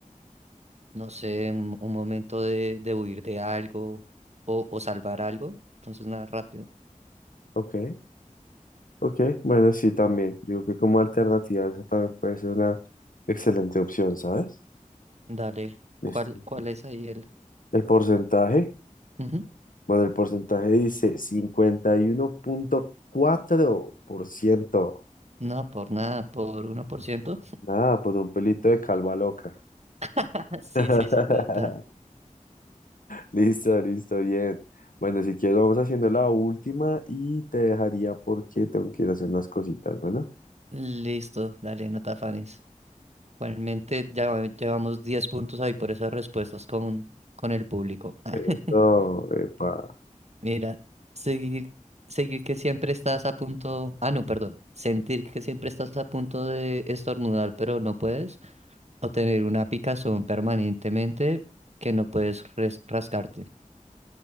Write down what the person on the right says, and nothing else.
no sé, un, un momento de, de huir de algo o, o salvar algo. Entonces, nada, rápido.
Dale,
¿cuál, cuál es ahí el?
Ujú.
No, por nada, por uno por ciento
<laughs> Sí,
sí, sí, total.
Listo, dale, no te afanes. Igualmente, ya llevamos 10 puntos ahí por esas respuestas con, con el público. <laughs>
Mira, seguir, seguir que siempre estás a punto. Ah, no, perdón. Sentir que siempre estás a punto de estornudar, pero no puedes. o tener una picazón permanentemente que no puedes res- rascarte.